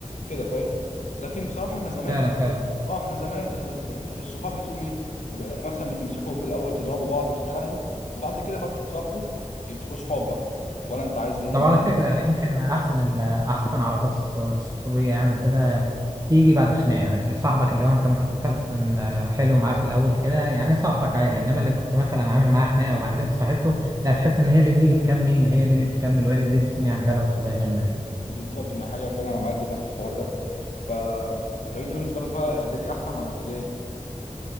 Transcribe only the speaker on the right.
فعلا فعلا
طب
على فكرة يعني يمكن أحسن ال أحسن علاقات الص- الصحوبية يعني وكده تيجي بعد الخناقة يعني صاحبك اللي هو أنت مثلا حلو معاه في الأول كده يعني صاحبك عادي إنما اللي كنت مثلا عامل معاه خناقة وبعد كده صاحبته لا تحس إن هي اللي دي بتكمل هي دي اللي بتكمل وهي اللي دي بتكون يعني فعلا صحوبية جامدة يعني